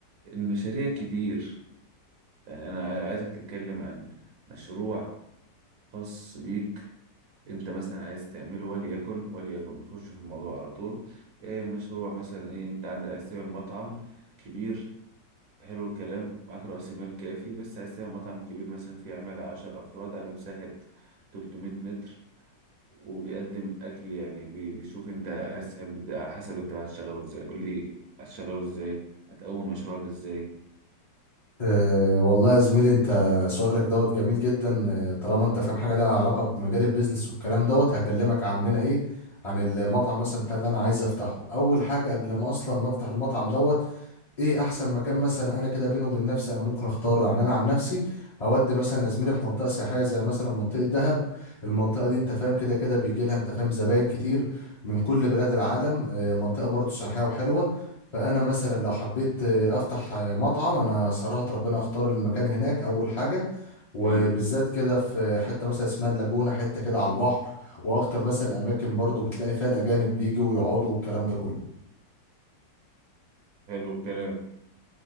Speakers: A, on the right (about 60°); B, on the left (about 25°).
A: المشاريع كتير يعني انا عاي- عايزك تتكلم عن مشروع خاص بيك انت مثلا عايز تعمله وليكن وليكن نخش في الموضوع على طول ايه مشروع مثلا ايه انت عندك عايز تعمل مطعم كبير حلو الكلام معاك رأس مال كافي بس عايز تعمل مطعم كبير مثلا فيه عمالة عشر أفراد على مساحة 300 متر وبيقدم أكل يعني بي- بيشوف أنت عايز تحب ده على حسب أنت بقى هتشغله إزاي قول لي هتشغله إزاي هتقوم المشروع ده إزاي
B: أه والله يا زميلي انت سؤالك دوت جميل جدا آه، طالما انت فاهم حاجه ليها علاقه بمجال البيزنس والكلام دوت هكلمك يا عمنا ايه عن المطعم مثلا بتاع اللي انا عايز افتحه اول حاجه قبل ما اصلا ما افتح المطعم دوت ايه احسن مكان مثلا انا كده بينه وبين نفسي انا ممكن اختاره يعني انا عن نفسي اودي مثلا زميلي في منطقه سياحيه زي مثلا منطقه دهب المنطقه دي انت فاهم كده كده بيجي لها انت فاهم زباين كتير من كل بلاد العالم آه، منطقه برضو سياحيه وحلوه فانا مثلا لو حبيت آه، افتح آه، مطعم انا صراحه ربنا اختار المكان هناك اول حاجه وبالذات
A: حلو
B: كده في حته مثلا اسمها اللاجونه حته كده على البحر واكتر مثلا اماكن برضو بتلاقي فيها الاجانب بيجوا ويقعدوا والكلام ده كله
A: حلو الكلام